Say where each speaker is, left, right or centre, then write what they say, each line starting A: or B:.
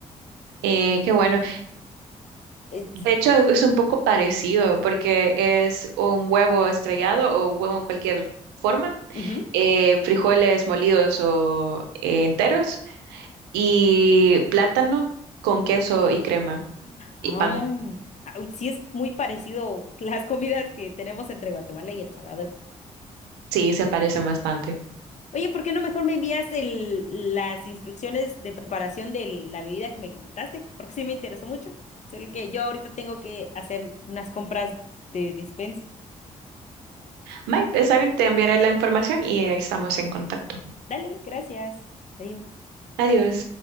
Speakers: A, on the right; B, on the left.
A: Eh, qué bueno.
B: Es-
A: De hecho, es un poco parecido porque es un huevo estrellado o huevo en cualquier forma,
B: ujú.
A: eh, frijoles molidos o eh, enteros y plátano con queso y crema
B: Ah,
A: y pan.
B: ah, uy, sí es muy parecido <laughs> las comidas que tenemos entre Guatemala y El Salvador.
A: Sí, se parecen bastante.
B: Oye, ¿por qué no mejor me envías el- las instrucciones de preparación de la bebida que me comentaste? Porque sí me interesó mucho. Solo que yo ahorita tengo que hacer unas compras de despensa.
A: Mike, está bien, te enviaré la información y ahí estamos en contacto.
B: Dale, gracias. Adiós.
A: Adiós.